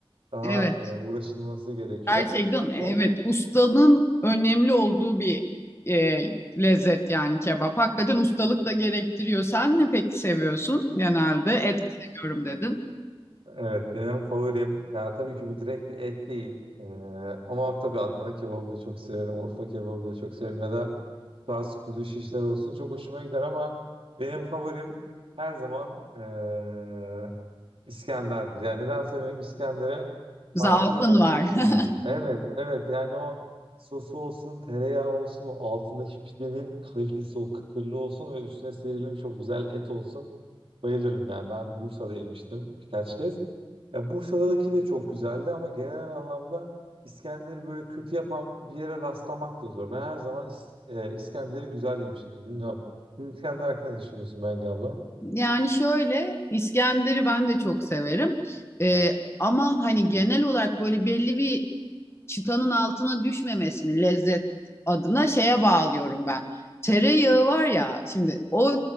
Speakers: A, on the right; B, on the left.
A: daha
B: Evet.
A: e, uğraşılması gerekiyor.
B: Gerçekten evet
A: On,
B: ustanın önemli olduğu bir e, lezzet yani kebap. Hakikaten ustalık da gerektiriyor. Sen ne peki seviyorsun genelde? Et seviyorum dedin.
A: Evet benim favorim ya tabii ki bu direkt bir et değil. Ee, ama tabii Adana kebabı da çok severim. Urfa kebabı da çok severim. Ya da bazı kuzu şişler olsun çok hoşuma gider ama benim favorim her zaman ee, İskender'dir. Yani nedense benim İskender'e
B: Zaafın
A: farklı bir bakış
B: var.
A: açım
B: <laughs>
A: var. Evet evet yani o sosu olsun tereyağı olsun o altındaki pidenin kalitesi o kıtırlığı olsun ve üstüne serilmiş çok güzel et olsun. Bayılırım yani ben Bursa'da yemiştim birkaç kez. Ya Bursa'daki de çok güzeldi ama genel anlamda İskender'i böyle kötü yapan bir yere rastlamak da zor. Ben her zaman İs- e, İskender'i güzel yemişimdir. Bilmiyorum. Siz İskender hakkında ne düşünüyorsun Bengi abla?
B: Yani şöyle İskender'i ben de çok severim. E, ama hani genel olarak böyle belli bir çıtanın altına düşmemesini lezzet adına şeye bağlıyorum ben. Tereyağı var ya şimdi o